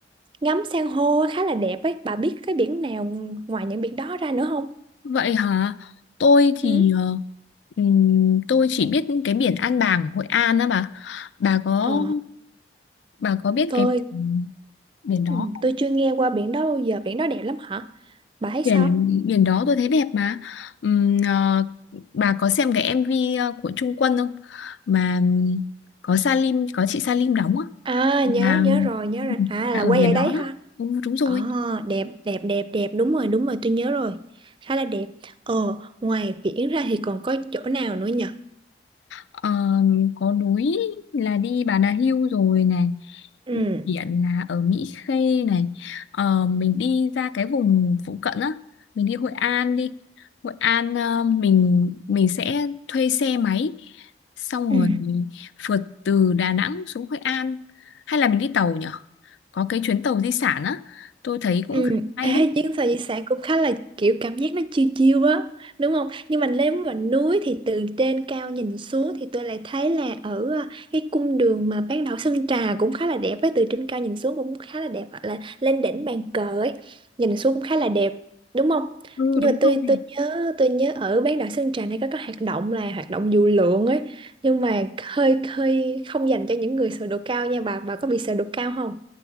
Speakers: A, on the right; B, on the left.
A: ngắm san hô khá là đẹp ấy. Bà biết cái biển nào ngoài những biển đó ra nữa không?
B: vậy hả tôi thì
A: Ừ.
B: ờ, ừm, tôi chỉ biết cái biển An Bàng Hội An á bà bà có
A: Ờ,
B: bà có biết
A: tôi
B: cái biển biển đó
A: ừ, tôi chưa nghe qua biển đó bao giờ. Biển đó đẹp lắm hả? Bà thấy
B: biển
A: sao?
B: biển đó tôi thấy đẹp mà Ừm, ờ, bà có xem cái MV ờ, của Trung Quân không mà ừm, có Salim có chị Salim đóng á
A: À
B: là,
A: nhớ nhớ rồi nhớ rồi à
B: là
A: là
B: ở
A: quay
B: biển
A: ở
B: đó
A: đấy ha
B: đó ừ, đúng rồi
A: Ờ đẹp đẹp đẹp đẹp đúng rồi đúng rồi tôi nhớ rồi khá là đẹp ờ ngoài biển ra thì còn có chỗ nào nữa nhỉ
B: Ờ, có núi là đi Bà Nà Hills rồi này
A: ừ
B: đi biển là ở Mỹ Khê này Ờ, mình đi ra cái vùng phụ cận á mình đi Hội An đi Hội An ờ, mình mình sẽ thuê xe máy xong
A: ừ
B: rồi phượt từ Đà Nẵng xuống Hội An hay là mình đi tàu nhở có cái chuyến tàu di sản á tôi thấy cũng
A: Ừ,
B: khá hay
A: ê,
B: đấy
A: chuyến sao di sản cũng khá là kiểu cảm giác nó chiêu chiêu á, đúng không? Nhưng mà nếu mà núi thì từ trên cao nhìn xuống thì tôi lại thấy là ở à, cái cung đường mà bán đảo Sơn Trà cũng khá là đẹp ấy, từ trên cao nhìn xuống cũng khá là đẹp hoặc là lên đỉnh bàn cờ ấy, nhìn xuống cũng khá là đẹp, đúng không?
B: ừ
A: Nhưng
B: đúng
A: mà
B: rồi
A: tôi tôi nhớ tôi nhớ ở bán đảo Sơn Trà này có cái hoạt động là hoạt động dù lượn ấy, nhưng mà hơi hơi không dành cho những người sợ độ cao nha bà, bà có bị sợ độ cao không?